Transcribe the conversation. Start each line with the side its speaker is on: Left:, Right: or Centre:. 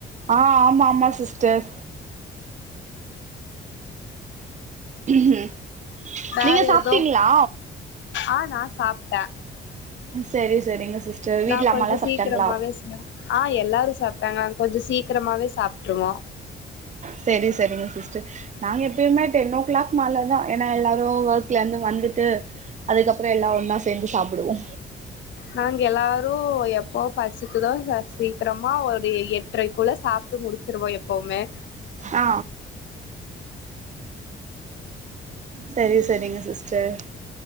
Right: ஆ ஆமா ஆமா சிஸ்டர் ம்
Left: வேற
Right: நீங்க சாப்ட்டீங்ளா
Left: ஏதோ ஆ நா சாப்ட்ட
Right: செரி செரிங்க சிஸ்டர் வீட்ல
Left: நா
Right: அம்மாலா
Left: கொஞ்ச
Right: சாப்ட்டாங்களா
Left: சீக்கிரமாவே ஆ எல்லாரு சாப்ட்டாங்க நாங்க கொஞ்சோ சீக்கிரமாவே சாப்ட்டுருவோ
Right: செரி செரிங்க சிஸ்டர் நாங்க எப்பயுமே டென் ஓ கிளாக் மேலதா ஏன்னா எல்லாரு ஒர்க்லேர்ந்து வந்துட்டு அதுக்கப்பறொ எல்லா ஒன்னா சேந்து சாப்புடுவோ
Left: நாங்க எல்லாரு எப்போ பசிக்குதோ சர் சீக்கரமா ஒரு எட்ரைக்குள்ள சாப்ட்டு முடிச்சிருவோ எப்பவுமே
Right: ஆ சேரி சேரிங்க சிஸ்டர்